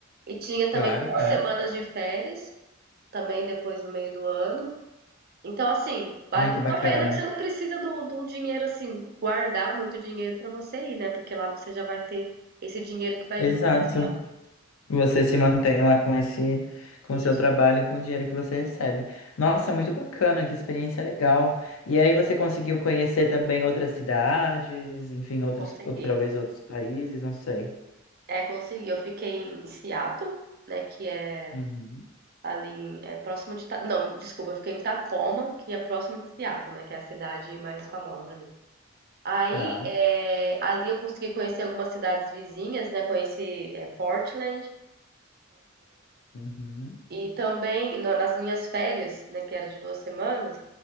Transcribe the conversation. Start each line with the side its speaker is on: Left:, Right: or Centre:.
Right: E tinha também
Left: Claro,
Right: duas
Left: claro.
Right: semanas de férias, também depois no meio do ano. Então, assim, vale
Left: Ai,
Right: muito
Left: que bacana.
Right: a pena que você não precisa do- de um dinheiro, assim, guardar muito dinheiro para você ir, né? Porque lá você já vai ter esse dinheiro que vai
Left: Exato.
Right: vir para você.
Left: Você se mantém lá com esse, com o seu
Right: Isso,
Left: trabalho, e com o dinheiro que você recebe. Nossa, muito bacana, que experiência legal. E aí você conseguiu conhecer também outras cidades, enfim, outros,
Right: consegui.
Left: outra vez outros países, não sei.
Right: É, consegui. Eu fiquei em Seattle, né? Que é
Left: Uhum,
Right: ali em, é, próximo de... Ta- Não, desculpa, eu fiquei em Tacoma, que é próximo de Seattle, né? Que é a cidade mais famosa ali. Aí,
Left: Tá.
Right: é, ali eu consegui conhecer algumas cidades vizinhas, né? Conheci é, Portland
Left: Uhum.
Right: e também na- nas minhas férias, né? Que era de duas semanas,